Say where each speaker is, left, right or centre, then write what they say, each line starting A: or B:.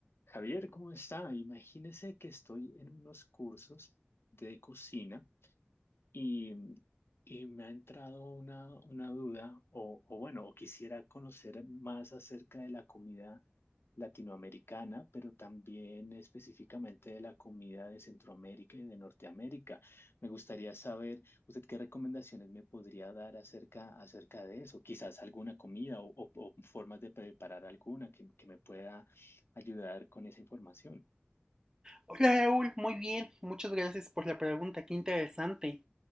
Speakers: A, on the left (about 65°); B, on the right (about 15°).
A: Javier, ¿cómo está? Imagínese que estoy en unos cursos de cocina y, y me ha entrado una, una duda, o, o bueno, o quisiera conocer más acerca de la comida latinoamericana, pero también específicamente de la comida de Centroamérica y de Norteamérica. Me gustaría saber, usted qué recomendaciones me podría dar acerca, acerca de eso, quizás alguna comida o, o- o formas de preparar alguna que, que me pueda ayudar con esa información.
B: Hola Raúl, muy bien, muchas gracias por la pregunta, qué interesante.